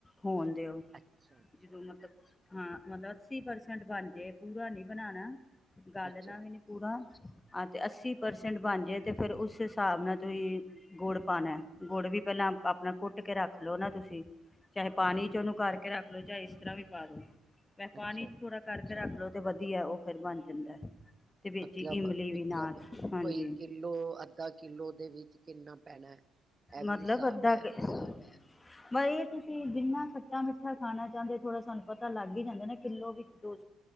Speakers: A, on the left (about 25°); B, on the right (about 30°).
A: ਹੋਣ ਦਿਓ
B: ਅੱਛਾ ਅੱਛਾ
A: ਜਦੋਂ ਮਤਲਬ ਹਾਂ ਮਤਲਬ ਅੱਸੀ ਪਰਸੈਂਟ ਬਣ ਜਾਏ ਪੂਰਾ ਨੀ ਬਣਾਣਾ ਗਾਲਣਾ
B: ਅੱਛਾ
A: ਵੀ ਨੀ ਪੂਰਾ ਹਾਂ ਅਤੇ ਅੱਸੀ ਪਰਸੈਂਟ ਬਣ ਜਾਏ ਅਤੇ ਫਿਰ ਉਸ ਹਿਸਾਬ ਨਾਲ ਤੁਸੀਂ ਗੁੜ ਪਾਉਣਾ ਗੁੜ ਵੀ ਪਹਿਲਾਂ ਆਪਣਾ ਕੁੱਟ ਕੇ ਰੱਖ ਲਉ ਨਾ ਤੁਸੀਂ ਚਾਹੇ ਪਾਣੀ
B: ਅੱਛਾ
A: ਚ ਉਹਨੂੰ ਕਰਕੇ ਰੱਖ ਲੋ ਜਾਂ ਇਸ ਤਰ੍ਹਾਂ ਵੀ ਪਾ ਦੋ ਵਪਣੀ
B: ਅੱਛਾ
A: ਚ ਥੋੜਾ ਕਰਕੇ ਫਿਰ ਅਗਲੋ ਤੇ ਵਧੀਆ ਉਹ ਫੇਰ ਬਣ ਜਾਂਦਾ ਹੈ ਤੇ ਵਿੱਚ
B: ਮਤਲਬ
A: ਇਮਲੀ ਵੀ ਨਾਲ ਹਾਂਜੀ
B: ਕੋਈ ਕਿੱਲੋ ਅੱਧਾ ਕਿੱਲੋ ਦੇ ਵਿੱਚ ਕਿੰਨਾ ਪੈਣਾ ਹੈ। ਇਹ ਵੀ
A: ਮਤਲਬ
B: ਹਿਸਾਬ
A: ਅੱਧਾ
B: ਹੈ
A: ਪਰ ਇਹ ਤੁਸੀਂ ਜਿੰਨਾ ਖੱਟਾ ਮਿੱਠਾ ਖਾਣਾ ਚਾਹੁੰਦੇ ਹੋ ਥੋੜ੍ਹਾ ਸਾਨੂੰ ਪਤਾ ਲੱਗ ਹੀ ਜਾਂਦਾ ਨਾ ਕਿੱਲੋ ਵਿੱਚ ਦੋ